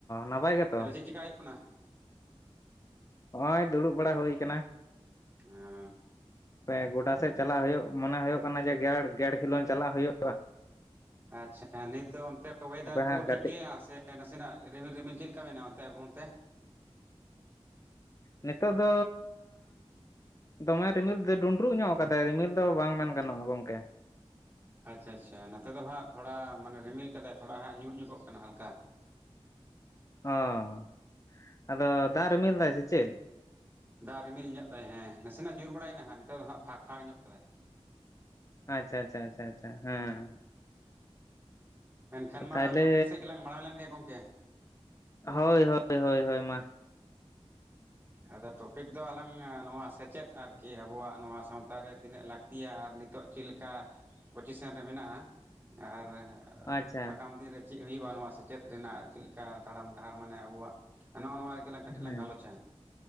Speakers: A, on the left; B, on the right.
A: ᱱᱟᱯᱟᱭ ᱜᱮᱛᱚ
B: ᱛᱟᱦᱞᱮ ᱪᱮᱫ ᱪᱮᱠᱟ ᱦᱩᱭᱩᱜ ᱠᱟᱱᱟ?
A: ᱦᱚᱜ-ᱚᱭ ᱫᱩᱲᱩᱵ ᱵᱟᱲᱟ ᱦᱩᱭ ᱠᱟᱱᱟ᱾
B: ᱦᱮᱸᱻ
A: ᱯᱮ ᱜᱚᱰᱟ ᱥᱮᱫ ᱪᱟᱞᱟᱜ ᱦᱩᱭᱩᱜ ᱢᱚᱱᱮ ᱦᱩᱭᱩᱜ ᱠᱟᱱᱟ ᱡᱮ ᱜᱮᱰ ᱜᱮᱰ ᱠᱷᱮᱞᱳᱰ ᱪᱟᱞᱟᱜ ᱦᱩᱭᱩᱜ᱾
B: ᱟᱪᱪᱷᱟ ᱱᱤᱛ ᱫᱚ ᱚᱱᱛᱮ ᱚᱭᱮᱫᱟᱨ
A: ᱦᱟᱯᱮ ᱦᱟᱸᱜ
B: ᱠᱚ
A: ᱜᱟᱛᱮᱜ
B: ᱴᱷᱤᱠ ᱜᱮᱭᱟ ᱥᱮ ᱱᱟᱥᱮᱱᱟᱜ ᱨᱤᱢᱤᱞ ᱨᱤᱢᱤᱞ ᱪᱮᱫ ᱞᱮᱠᱟ ᱢᱮᱱᱟᱜ-ᱟ ᱚᱱᱛᱮ ᱚᱱᱛᱮ?
A: ᱱᱤᱛᱚᱜ ᱫᱚᱻ ᱫᱚᱢᱮ ᱨᱤᱢᱤᱞ ᱫᱚ ᱰᱩᱸᱰᱨᱩᱜ ᱧᱚᱜ ᱠᱟᱫᱟᱭ ᱨᱤᱢᱤᱞ ᱫᱚ ᱵᱟᱝ ᱢᱮᱱ ᱜᱟᱱᱚᱜ-ᱟ ᱜᱚᱝᱠᱮ᱾
B: ᱟᱪᱪᱷᱟ ᱟᱪᱪᱷᱟ ᱱᱚᱛᱮ ᱫᱚ ᱦᱟᱸᱜ ᱛᱷᱚᱲᱟ ᱢᱟᱱᱮ ᱨᱤᱢᱤᱞ ᱠᱟᱫᱟᱭ ᱛᱷᱚᱲᱟ ᱦᱟᱸᱜ ᱧᱩᱨ ᱧᱚᱜᱚᱜ ᱠᱟᱱᱟ ᱦᱟᱞᱠᱟ᱾ <unintelligible>
A: ᱚ ᱟᱫᱚ ᱫᱟᱜ ᱨᱤᱢᱤᱞ ᱫᱟᱭ ᱥᱮ ᱪᱮᱫ?
B: ᱫᱟᱜ ᱨᱤᱢᱤᱞ ᱧᱚᱜ ᱫᱟᱭ ᱦᱮᱸ ᱱᱟᱥᱮᱱᱟᱜ ᱧᱩᱨ ᱵᱟᱲᱟᱭᱱᱟ ᱦᱟᱜ ᱱᱤᱛᱚᱜ ᱫᱚ ᱦᱟᱸᱜ ᱯᱷᱟᱠ-ᱯᱷᱟᱠ ᱧᱚᱜ ᱠᱟᱫᱟᱭ᱾
A: ᱟᱪᱪᱷᱟ ᱟᱪᱪᱷᱟ ᱟᱪᱪᱷᱟ ᱟᱪᱪᱷᱟ ᱦᱮᱸ᱾
B: ᱮᱱᱠᱷᱟᱱ ᱢᱟ
A: ᱛᱟᱦᱚᱞᱮ
B: ᱴᱚᱯᱤᱠ ᱥᱮᱫ ᱜᱮᱞᱟᱝ ᱢᱟᱲᱟᱝ ᱞᱮᱱᱜᱮ ᱜᱚᱢᱠᱮ᱾
A: ᱦᱳᱭ ᱦᱳᱭ ᱦᱳᱭ ᱦᱳᱭ ᱢᱟ᱾
B: ᱟᱫᱚ ᱴᱚᱯᱤᱠ ᱫᱚ ᱟᱞᱟᱝ ᱱᱚᱣᱟ ᱥᱮᱪᱮᱫ ᱟᱨᱠᱤ ᱟᱵᱚᱣᱟᱜ ᱱᱚᱣᱟ ᱥᱟᱶᱛᱟ ᱨᱮ ᱛᱤᱱᱟᱹᱜ ᱞᱟᱹᱠ ᱛᱤᱭᱟ ᱟᱨ ᱱᱤᱛᱚᱜ ᱪᱮᱫ ᱞᱮᱠᱟ ᱯᱚᱪᱤᱥᱮᱱ ᱨᱮ ᱢᱮᱱᱟᱜ-ᱟ᱾ ᱟᱨ
A: ᱟᱪᱪᱷᱟ
B: ᱟᱜᱟᱢ ᱫᱤᱱ ᱨᱮ ᱪᱮᱫ ᱦᱩᱭᱩᱜ-ᱟ ᱱᱚᱣᱟ ᱥᱮᱪᱮᱫ ᱨᱮᱱᱟᱜ ᱪᱮᱫ ᱞᱮᱠᱟ ᱛᱟᱲᱟᱢ ᱰᱟᱦᱟᱨ ᱢᱟᱱᱮ ᱟᱵᱚᱣᱟᱜ ᱱᱚᱜ-ᱚ ᱱᱚᱣᱟ ᱨᱮᱜᱮ᱾ ᱞᱟᱝ ᱠᱟᱹᱴᱤᱡ
A: ᱦᱩᱸ ᱦᱮᱸ
B: ᱞᱟᱝ ᱜᱟᱞᱚᱪᱟ